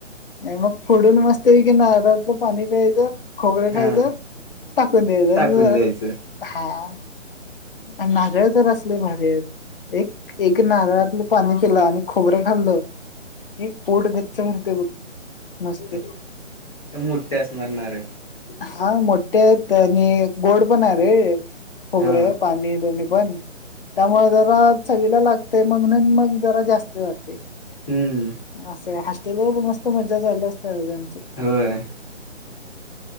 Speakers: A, on the left (about 45°); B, in the centre.
A: हे मग. फोडून मस्त पैकी नारळातलं पाणी प्यायचं. खोबरं
B: हा
A: खायचं टाकून द्यायचं
B: टाकून
A: इहाआ
B: द्यायचं
A: हा. नारळ तर असले भारी आहेत एक एक नारळातलं पाणी पिल आणि खोबरं खाल्लं की पोट गच्च भरतय बघ. मस्त
B: एकदम मोठे असणार नारळ.
A: हा मोठे आहेत आणि गोड पण आहे रे खोबरं.
B: हा
A: पाणी दोनी पण त्यामुळे जरा चविला लागते मग मग जरा जास्त जाते.
B: हम्म
A: अस हास. ते बघा मस्त मजा चाले. हो यांच.
B: होय